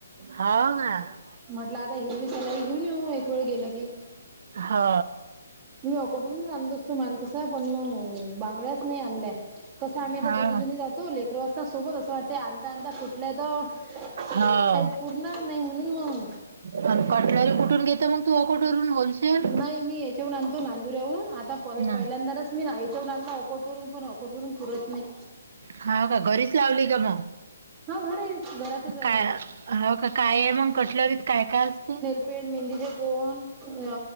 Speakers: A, on the right; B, on the right.
A: हाव काय?
B: म्हटलं आता हिरवी सलाई घेऊन येऊ, एक वेळ गेलं की
A: हा
B: मी <unintelligible> आणत असतो मालं तसं पण मग बांगड्याच नायी आणल्या कस आम्ही आता
A: हा.
B: दोघी जणी जातो लेकरु असतात सोबत असं वाटतंय आणता आणता फुठल्या तर
A: हा
B: काही पुरणार नायी म्हणून मंग
A: नः काॅटरलं कुठून घेते मग? तू अकोटवरून होलसेल?
B: नाही मी याच्याहून आणतो नांदुऱ्याहून आता पर
A: ना.
B: पहिल्यांदाच मी नाही <unintelligible> पुरत नायी
A: हाव का? घरीच लावली का म?
B: हा घर आहे घरातच आहे
A: काय, हो का, कायय मग कटलरीत काय काय असतं?
B: पेन मेहंदीचे कोन अ